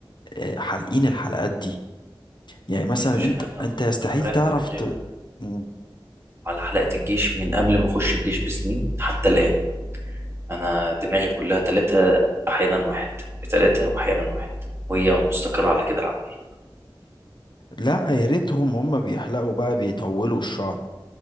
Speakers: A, on the left (about 55°); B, on the right (about 30°).
A: آه، حالقين الحلقات دي يعني مثلا
B: يا باشا
A: انت
B: انا
A: انت يستحيل
B: انا مريح
A: تعرف
B: دماغي
A: ت...
B: من-
A: مم.
B: على حلقه الجيش من قبل ما اخش الجيش بسنين حتى الان انا دماغي كلها ثلاثه احيانا واحد ثلاثه واحيانا واحد وهي مستقره على كده العمليه
A: لا يا ريتهم هم بيحلقوا بقى بيطولوا الشعر